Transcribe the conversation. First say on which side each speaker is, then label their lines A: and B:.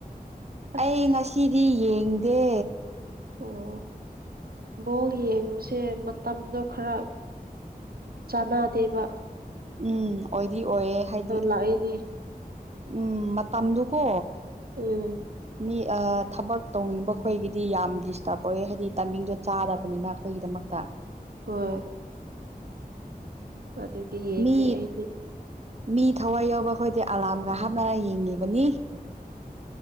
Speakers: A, on the right (about 75°); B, on the right (about 45°).
A: ꯑꯁ
B: ꯑꯩ ꯉꯁꯤꯗꯤ ꯌꯦꯡꯗꯦ
A: ꯑꯣ ꯕꯣꯜ ꯌꯦꯡꯕꯁꯦ ꯃꯇꯝꯗꯣ ꯈꯔ ꯆꯥꯅꯥ ꯗꯦꯕ
B: ꯎꯝ ꯑꯣꯏꯗꯤ ꯑꯣꯏꯌꯦꯦ ꯍꯥꯏꯗꯤ
A: ꯂꯥꯛꯏꯅꯤ
B: ꯎꯝ ꯃꯇꯝꯗꯨꯀꯣ
A: ꯎꯝ
B: ꯃꯤ ꯊꯕꯛ ꯇꯧꯅꯤꯡꯕ ꯈꯈꯣꯏꯒꯤꯗꯤ ꯌꯥꯝ ꯗꯤꯁꯇꯔꯕ ꯑꯣꯏꯌꯦ ꯍꯥꯏꯗꯤ ꯇꯥꯏꯃꯤꯡꯗꯣ ꯆꯥꯗꯕꯅꯤꯅ ꯑꯩꯈꯣꯏꯒꯤꯗꯃꯛꯇ
A: ꯍꯣꯏ ꯑꯗꯨꯗꯤ ꯌꯦꯡꯗꯦ
B: ꯃꯤ
A: ꯑꯩꯗꯤ
B: ꯃꯤ ꯊꯋꯥꯏ ꯌꯥꯎꯕ ꯑꯩꯈꯣꯏꯗꯤ ꯑꯂꯥꯔꯝꯒ ꯍꯥꯞꯅ ꯌꯦꯡꯉꯤꯕꯅꯤ